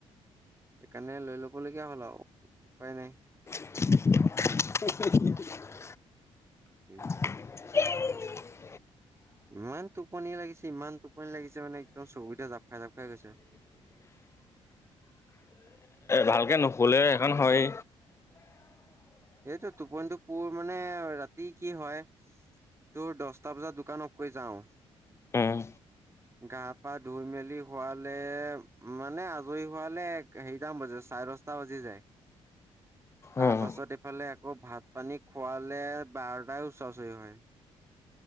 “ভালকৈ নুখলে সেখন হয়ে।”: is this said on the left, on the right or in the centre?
Left